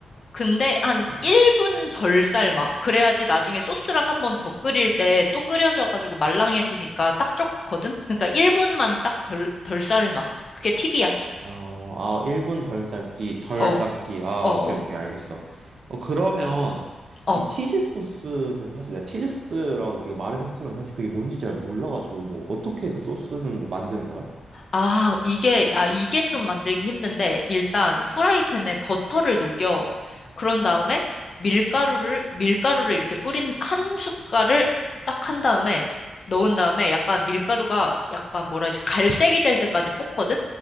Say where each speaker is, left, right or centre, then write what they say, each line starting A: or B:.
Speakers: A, on the left; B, on the right.
A: 근데 한
B: 음,
A: 1분 덜 삶아. 그래야지 나중에 소스랑 한 번 더 끓일 때 또 끓여져가지고 말랑해지니까 딱 좋거든? 그러니까 1분만 딱 덜, 덜 삶아. 그게 팁이야.
B: 어, 아, 1분 덜 삶기, 덜
A: 어,
B: 삶기.
A: 음.
B: 아,
A: 어,
B: 오케이,
A: 어,
B: 오케이, 알겠어. 어, 그러면
A: 어.
B: 이 치즈 소스는 사실 내가 치즈 소스라고 네가 말은 했지만 사실 그게 뭔지 잘 몰라가지고 뭐 어떻게 그 소스는 뭐 만드는 거야?
A: 아, 이게, 아, 이게 좀 만들기 힘든데, 일단 후라이팬에 버터를 녹여. 그런 다음에 밀가루를, 밀가루를 이렇게 뿌린 한 숟갈을 딱 한 다음에 넣은 다음에 약간 밀가루가 약간 뭐라 해야지, 갈색이 될 때까지 볶거든?